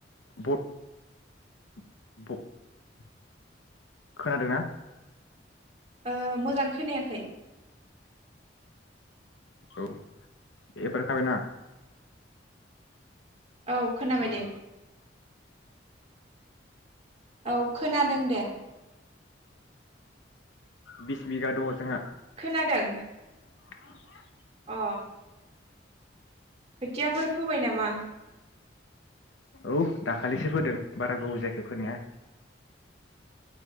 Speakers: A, on the left; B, on the right.
A: बब- <unintelligible> खोनादोंना
B: ओ मोजां खोनायाखै
A: औ एबार खाबनाा
B: औ खोनाबाय
A: औ
B: दे औ खोनादों दे
A: बिस बिगा द जोंहा
B: खोनादों
A: <unintelligible>
B: अ खोथियाफोर फोबाय नामा
A: औ दाखालिसो फोदों बारा गोबाव जायाखै फोनाया